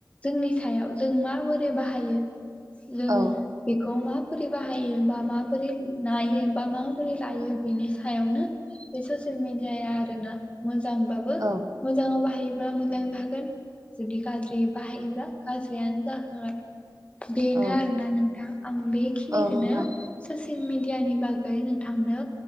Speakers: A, on the left; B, on the right.
A: जोंनि सायाव जों माबोरै बाहायो जों
B: औ
A: बेखौ माबोरै बाहायो बा माबोरै नायो बा माबोरै लायो बिनि सायावनो बे ससियेल मिडियाया आरोना मोजांबाबो
B: औ
A: मोजाङाव बाहायोब्ला मोजां जागोन जुदि गाज्रियै बाहायोब्ला गाज्रियानो जाखागोन। बेनो
B: औ
A: आरोना नोंथां आं बेखिनिखोनो
B: औ नोंथां
A: ससियेल मिडियानि बाग गै नोंथांनो